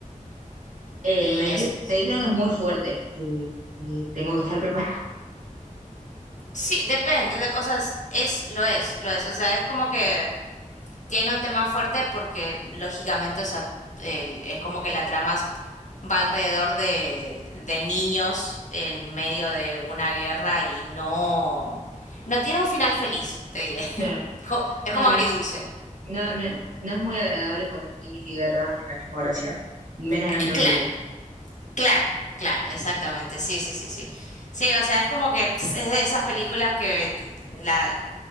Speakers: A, on the right (about 65°); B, on the left (about 60°).
A: Eh,
B: Y
A: me dije-
B: es,
A: me dijeron que es muy fuerte, que, que tengo que estar preparada.
B: sí, depende, de- o sea, es, es- lo es, lo es, o sea, es como que tiene un tema fuerte porque lógicamente, o sea, el- es como que la trama es- va alrededor de, de niños en medio de una guerra y no, no tiene un final feliz, te diré. <laughs>
A: Claro.
B: Co- Es
A: No,
B: como
A: no,
B: agridulce.
A: No, no, no es muy agradable poner niños y guerra en la misma oración, menos
B: Eh,
A: en la misma
B: Claro,
A: película.
B: claro, claro, exactamente. Sí, sí, sí, sí. Sí, o sea, es como que es de esas películas que la,